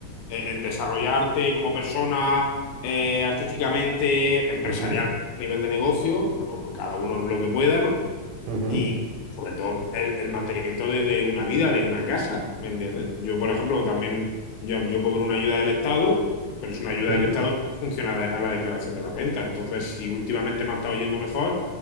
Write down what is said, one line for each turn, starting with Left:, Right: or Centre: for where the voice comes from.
Left: eh, eh, desarrollarte como persona eh, artísticamente, empresarial
Right: ujú,
Left: a nivel de negocio, lo- cada uno lo que pueda, ¿no?
Right: ujú,
Left: Y sobre todo el, el mantenimiento de, de una vida, de una casa, ¿me entiendes? Yo, por ejemplo, también yo, yo cobro una ayuda del Estado, pero es una ayuda
Right: sí,
Left: del Estado que funciona de- a la declaración de la renta. Entonces, si últimamente me ha estado yendo mejor,